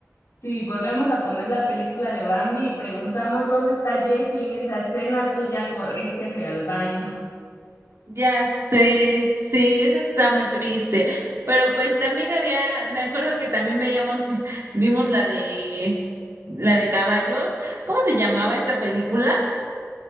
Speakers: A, on the left; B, on the right.
A: Si volvemos a poner la película de Bambi y preguntamos dónde está Jessie en esa escena, tú ya corriste hacia el baño. <laughs>
B: Ya sé, sí, esa está muy triste, pero pues también había, me acuerdo que también veíamos, vimos la de, la de caballos, ¿cómo se llamaba esta película?